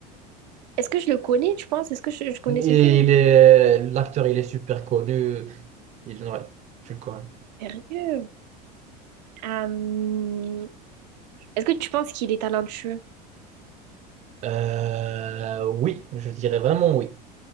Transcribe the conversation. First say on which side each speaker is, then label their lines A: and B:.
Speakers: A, on the right; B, on the right.
A: Est-ce que je le connais, tu penses? Est-ce que je, je connais
B: Et
A: ce film?
B: il est, l'acteur, il est super connu. Il, ouais, tu le connais.
A: Sérieux? Euh, Est-ce que tu penses qu'il est talentueux?
B: Euh, oui, je dirais vraiment oui.